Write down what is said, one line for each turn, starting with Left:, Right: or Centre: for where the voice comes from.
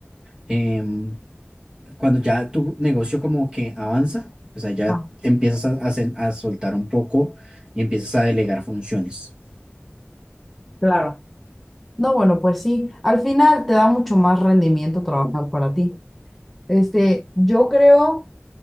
Right: em, cuando ya tu negocio como que avanza, pues ahí ya
Centre: Ajá.
Right: empiezas a, a sen- a soltar un poco y empiezas a delegar funciones.
Centre: Claro. No, bueno, pues sí, al final te da mucho más rendimiento trabajar para ti. Este, yo creo,